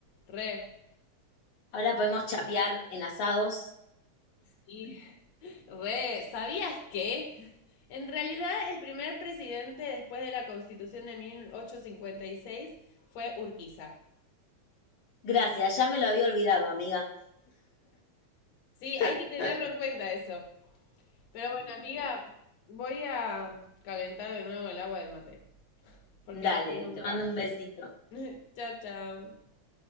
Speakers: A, on the left; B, on the left.
A: Re.
B: Ahora podemos chapear en asados.
A: Sí. <laughs> Re, ¿sabías que? En realidad, el primer presidente después de la Constitución de 1856 fue Urquiza.
B: Gracias, ya me lo había olvidado, amiga.
A: Sí,
B: <laughs>
A: hay que tenerlo en cuenta eso. Pero bueno, amiga, voy a calentar de nuevo el agua del mate, porque
B: Dale,
A: no fui nunca.
B: te mando un besito.
A: <laughs> Chao, chao.